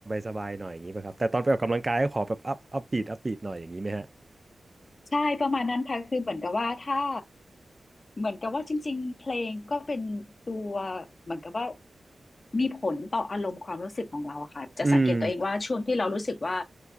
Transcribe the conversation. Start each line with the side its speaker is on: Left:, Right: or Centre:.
Right: สบายๆหน่อยอย่างนี้ป่ะครับแต่ตอนไปออกกำลังกายก็ขอแบบอัพอัพบีทอัพบีทหน่อยอย่างนี้ไหมฮะ
Left: ใช่ประมาณนั้นค่ะคือเหมือนกับว่าถ้า เหมือนกับว่าจริงๆ เพลงก็เป็นตัวเหมือนกับว่ามีผลต่ออารมณ์ความรู้สึกของเราอะค่ะจะสังเกตตัวเองว่าช่วงที่เรารู้สึกว่า
Right: อืม